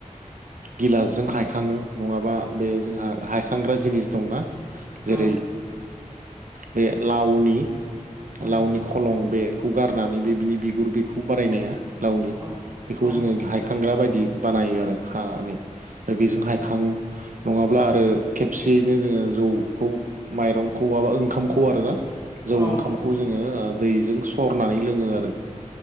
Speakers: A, on the right; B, on the right.
A: गिलासजों हायखाङो नङाबा बे जोंहा हायखांग्रा जिनिस दंना जेरै
B: औ
A: बे लावनि
B: औ
A: लावनि खलं बेखौ गारनानै बे बिनि बिगुर बेखौ बारायनाया लावनि
B: औ
A: बेखौ
B: औ
A: जोङो गाहाय हायखांग्रा बायदि बानायो आरो खानानै ओमफ्राय बेजों हायखाङो नङाब्ला आरो खेबसेयैनो जोङो जौखौ माइरंखौ बाबा ओंखामखौ आरोना जौ
B: औ
A: ओंखाम खौ जोङो दैजों सरनानै लोङो आरो